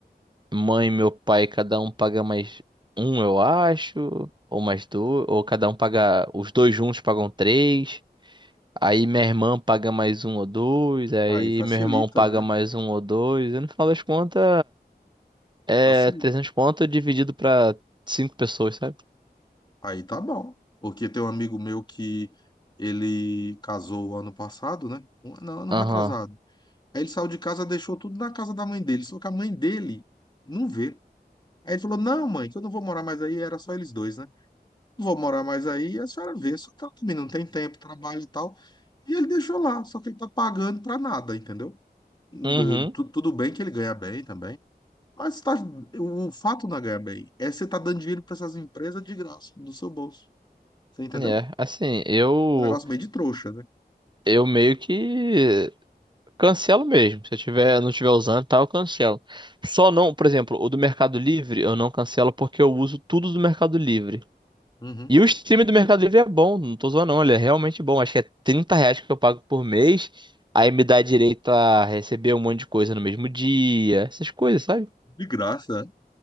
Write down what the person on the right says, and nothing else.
mãe e meu pai, cada um paga mais um, eu acho, ou mais dois, ou cada um paga, os dois juntos pagam três. Aí minha irmã paga mais um ou dois, aí
meu irmão paga
mais um ou dois. E no final das contas, é
300 conto dividido pra cinco pessoas, sabe?
Aham.
Uhum.
É, assim, eu.
Eu meio que cancelo mesmo. Se eu tiver, não estiver usando, e tal, eu cancelo. Só não, por exemplo, o do Mercado Livre, eu não cancelo porque eu uso tudo do Mercado Livre.
E o stream do Mercado Livre é bom, não tô zoando não, ele é realmente bom. Acho que é 30 reais que eu pago por mês, aí me dá direito a receber um monte de coisa no mesmo dia, essas coisas, sabe?